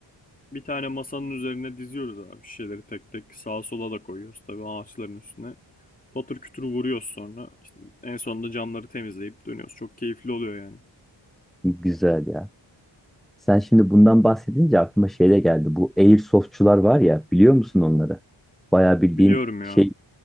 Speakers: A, on the left; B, in the centre.
A: Bir tane masanın üzerine diziyoruz abi şişeleri tek tek sağa sola da koyuyoruz tabii ağaçların üstüne. Patır kütür vuruyoruz sonra. İşte en sonunda camları temizleyip dönüyoruz. Çok keyifli oluyor yani.
B: Güzel ya. Sen şimdi bundan bahsedince aklıma şey de geldi. Bu airsoftçular var ya biliyor musun onları? Bayağı bildiğin
A: Biliyorum ya.
B: şey